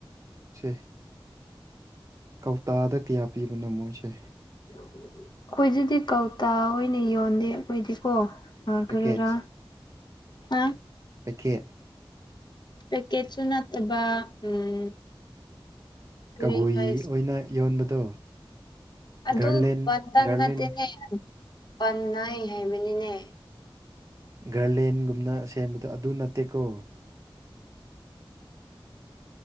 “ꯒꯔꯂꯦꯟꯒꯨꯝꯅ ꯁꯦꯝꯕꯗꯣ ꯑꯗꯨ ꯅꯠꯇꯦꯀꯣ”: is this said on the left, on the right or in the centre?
Right